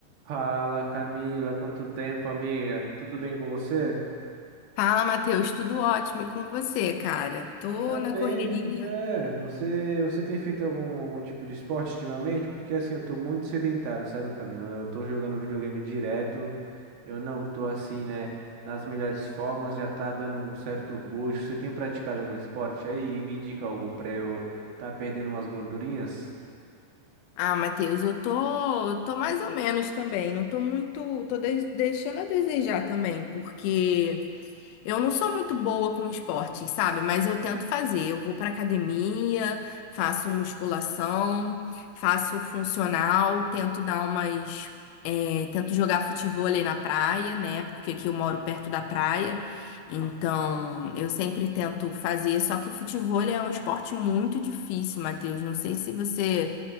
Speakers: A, on the right; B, on the left.
A: Fala, Camila, quanto tempo, amiga? Tudo bem com você?
B: Fala, Matheus, tudo ótimo e com você, cara? Tô
A: Também,
B: na correria.
A: é, você, você tem feito algum, algum tipo de esporte ultimamente? Porque assim, eu tô muito sedentário, sabe, Camila? Eu tô jogando videogame direto, eu não tô assim, né, nas melhores formas, já tá dando um certo bucho. Você tem praticado algum esporte aí e me indica algum pra eu tá perdendo umas gordurinhas?
B: Ah, Matheus, eu tô, tô mais ou menos também. Não tô muito, tô de- deixando a desejar também, porque eu não sou muito boa com esporte, sabe? Mas eu tento fazer. Eu vou pra academia, faço musculação, faço funcional, tento dar umas É, tento jogar futevôlei na praia, né? Porque aqui eu moro perto da praia. Então, eu sempre tento fazer. Só que futevôlei é um esporte muito difícil, Matheus. Não sei se você